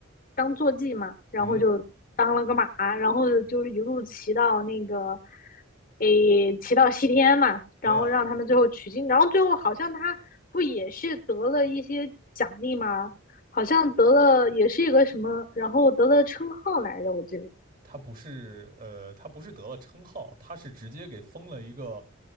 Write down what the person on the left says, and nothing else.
当坐骑嘛，然后就当了个马，
然后就是一路骑到那个诶骑到西天嘛，然后让他们最后取经，
然后最后好像他不也是得了一些奖励吗？好像得了也是一个什么，然后得了称号来着，我记得。